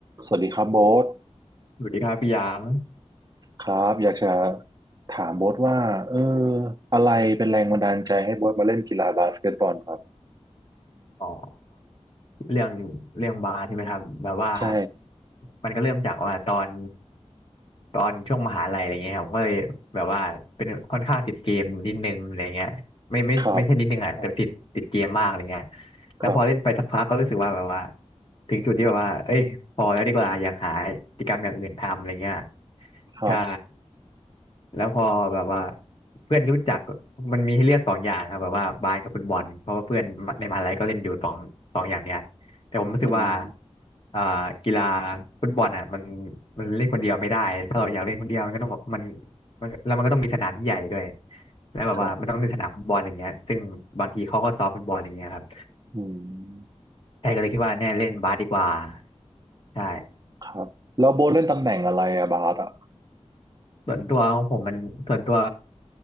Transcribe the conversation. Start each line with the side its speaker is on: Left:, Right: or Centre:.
Right: สวัสดีครับโบ๊ท
Left: สวัสดีครับพี่หยาง
Right: ครับอยากจะถามโบ๊ทว่าเอออะไรเป็นแรงบันดาลใจให้โบ๊ทมาเล่นกีฬาบาสเกตบอลครับ
Left: อ๋อเรื่องเรื่องบาร์ใช่ไหมครับแบบว่า
Right: ใช่
Left: มันก็เริ่มจากว่าตอนตอนช่วงมหาลัยอะไรเงี้ยครับก็เลยแบบว่าเป็นค่อนข้างติดเกมนิดนึงอะไรเงี้ยไม่ไม่ไม่ใช่นิดนึงอ่ะแต่ติดติดเกมมากอะไรเงี้ย
Right: ครับ
Left: แล้วพอเล่นไปสักพักก็รู้สึกว่าแบบว่า
Right: ครับ
Left: ถึงจุดที่แบบว่าเอ้ยพอแล้วดีกว่าอยากหากิจกรรมอย่างอื่นทำอะไรเงี้ย
Right: ครับ
Left: ใช่แล้วพอแบบว่าเพื่อนรู้จักมันมีให้เลือกสองอย่างครับแบบว่าบาสกับฟุตบอลเพราะว่าเพื่อนในมหาลัยก็เล่นอยู่สองสองอย่างเนี้ยแต่ผมรู้สึกว่า
Right: อืม
Left: อ่ากีฬาฟุตบอลอ่ะมันมันเล่นคนเดียวไม่ได้ถ้าเราอยากเล่นคนเดียวมันก็ต้องมัน มันแล้วมันก็ต้องมีสนามที่ใหญ่ด้วยแล้วแบบว่ามันต้องมีสนามฟุตบอลอย่างเงี้ยซึ่งบางทีเขาก็ซ้อมฟุตบอลอย่างเงี้ยครับ
Right: ครับอืม
Left: <coughs> ใช่ก็เลยคิดว่าเนี่ยเล่นบาสดีกว่าใช่
Right: ครับแล้วโบ๊ทเล่นตำแหน่งอะไรอะบาสอะ
Left: ส่วนตัวของผมมันส่วนตัว